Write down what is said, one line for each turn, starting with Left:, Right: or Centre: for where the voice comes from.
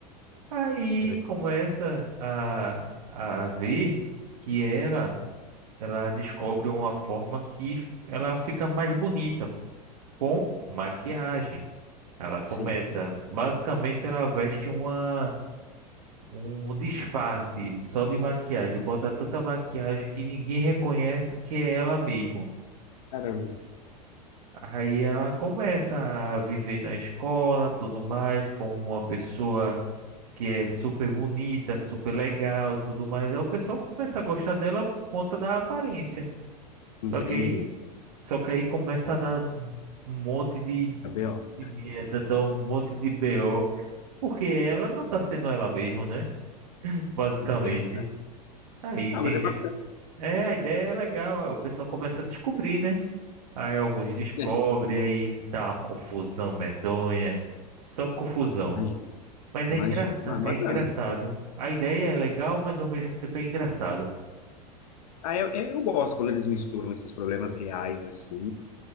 Right: Aí
Left: É verdade.
Right: começa a, a ver que ela, ela descobre uma forma que f- ela fica mais bonita com maquiagem. Ela começa,
Left: Sim.
Right: basicamente ela veste uma um disfarce só de maquiagem, bota tanta maquiagem que ninguém reconhece que é ela mesmo.
Left: Caramba,
Right: Aí ela começa a viver na escola, tudo mais, como uma pessoa que é super bonita, super legal, tudo mais. Aí o pessoal começa a gostar dela por conta da aparência. Só
Left: entendi.
Right: que aí, só que aí começa a dar um monte de,
Left: Cabelo,
Right: de merda, dar um monte de BO, porque ela não tá sendo ela mesma, né? Basicamente.
Left: é verdade.
Right: Aí
Left: Ah,
Right: tem
Left: mas é
Right: gente
Left: bacana,
Right: É, a ideia é legal. Aí o pessoal começa a descobrir, né? Aí alguns descobrem,
Left: né?
Right: aí tá uma confusão medonha. Só confusão.
Left: Imagina,
Right: Mas
Left: imagina.
Right: é engraçado,
Left: Ah, bacana.
Right: é engraçado. A ideia é legal, mas ao mesmo tempo é engraçado.
Left: Ah, eu, eu gosto quando eles misturam esses problemas reais, assim,